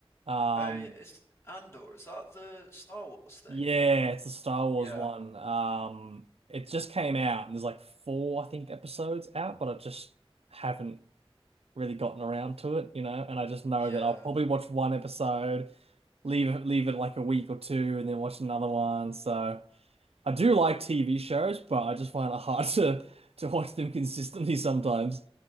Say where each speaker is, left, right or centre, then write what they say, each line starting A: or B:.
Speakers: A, on the right; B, on the left.
A: Um
B: Oh, yeah, it's Andor. Is that the Star Wars thing?
A: yeah, it's the Star Wars
B: Yeah.
A: one. Um it just came out and there's like four, I think, episodes out, but I just haven't really gotten around to it, you know, and I just know
B: Yeah.
A: that I'll probably watch one episode, leave leave it like a week or two, and then watch another one. So I do like TV shows, but I just find it hard <laughs> to to watch them consistently sometimes.